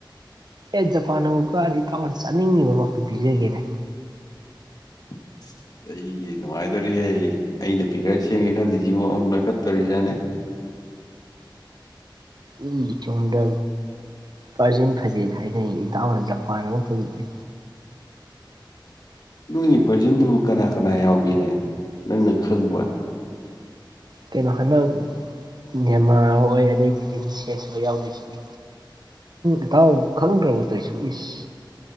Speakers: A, on the right (about 55°); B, on the left (about 50°).
A: ꯑꯦ ꯖꯄꯥꯟꯅ ꯑꯃꯨꯛꯀꯥꯗꯤ ꯏꯇꯥꯎꯅ ꯆꯥꯅꯤꯡꯉꯤꯕ ꯃꯈꯩ ꯄꯤꯖꯒꯦꯅꯦ
B: <inaudible> ꯑꯩ ꯅꯨꯡꯉꯥꯏꯗꯣꯔꯤꯍꯦ ꯑꯩꯅ ꯄꯤꯒꯔ ꯁꯦꯡꯒꯦ ꯈꯜꯗꯤꯁꯤꯉ ꯑꯃꯨꯛ ꯂ ꯀꯠꯇꯣꯔꯤꯁꯤꯥꯅꯦ <inaudible>
A: ꯎ ꯏ ꯆꯣꯗ ꯄꯥꯔꯖꯤꯟ ꯐꯖꯦꯠ ꯍꯥꯏꯅꯅꯤꯡ ꯏꯇꯥꯎꯅ ꯖꯄꯥꯟ ꯑꯃ ꯇꯧꯖꯗꯦ
B: ꯅꯣꯏꯒꯤ ꯚꯔꯖꯟꯗꯨꯕꯨ ꯀꯅꯥ ꯀꯅꯥ ꯌꯥꯎꯒꯦꯅꯦ ꯅꯪꯅ ꯈꯪꯕ
A: ꯀꯩꯅꯣ ꯍꯟꯗꯛ ꯅꯦꯃꯥ ꯍꯣꯏ ꯑꯗꯩꯗꯤ ꯕꯤꯅꯤ ꯁꯦꯁ ꯍ ꯌꯥꯎꯗꯣꯏꯁꯤꯗꯤ ꯏꯇꯥꯎ ꯈꯪꯗ꯭ꯔꯕꯗꯨ ꯑꯩꯁꯨ ꯏꯁ